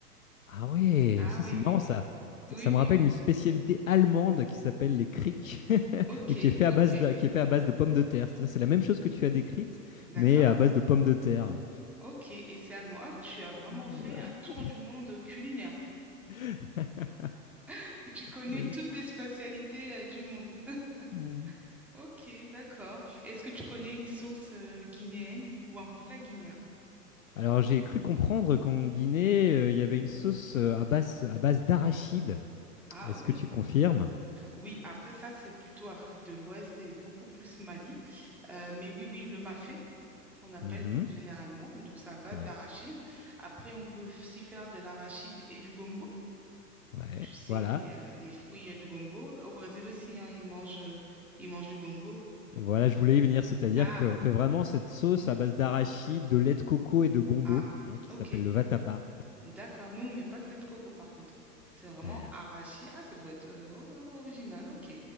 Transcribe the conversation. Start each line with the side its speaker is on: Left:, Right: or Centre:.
Left: Ah ouais,
Centre: Ah
Left: ça
Centre: oui,
Left: c'est marrant
Centre: oui.
Left: ça.
Centre: Oui,
Left: Ça, ça me
Centre: oui,
Left: rappelle
Centre: oui.
Left: une spécialité allemande qui s'appelle les crics, <laughs>
Centre: Ok,
Left: mais qui est fait à
Centre: ok.
Left: base de, qui est fait à base de pommes de terre. C'est-à-dire c'est la même chose que tu as décrite,
Centre: D'accord.
Left: mais à base de pommes de terre.
Centre: Ok. Et c'est allemand. Ah, tu as vraiment
Left: Ouais.
Centre: fait un tour du monde culinaire.
Left: <laughs>
Centre: <laughs> Tu connais
Left: Ouais.
Centre: toutes les spatialités euh, du monde. <laughs>
Left: Mm.
Centre: Ok, d'accord. Est-ce que tu connais une sauce euh, guinéenne ou un plat guinéen?
Left: Alors j'ai cru comprendre qu'en Guinée, euh, il y avait une sauce euh, à base, à base d'arachide.
Centre: Ah
Left: Est-ce
Centre: oui.
Left: que tu confirmes?
Centre: Oui, après ça, c'est plutôt Afrique de l'Ouest et beaucoup plus Mali. Euh, mais oui, oui, le mafé, qu'on appelle
Left: Mhm.
Centre: généralement. Donc, c'est à base
Left: Ouais.
Centre: d'arachide. Après, on peut aussi faire de l'arachide et du gombo.
Left: Ouais.
Centre: tu sais,
Left: Voilà.
Centre: les, euh, les fruits euh, du gombo. Au Brésil aussi, hein, ils mangent, euh, ils mangent du gombo.
Left: Voilà, je voulais y venir, c'est-à-dire
Centre: Ah,
Left: qu'on fait vraiment cette sauce à base d'arachide, de lait de coco et de gombo,
Centre: ah,
Left: hein, qui
Centre: ok,
Left: s'appelle le vatapa.
Centre: d'accord. Nous, on met pas de lait de coco, par contre. C'est vraiment
Left: Euh,
Centre: arachide. Ah, ça doit être euh, oh, hein, original, ok.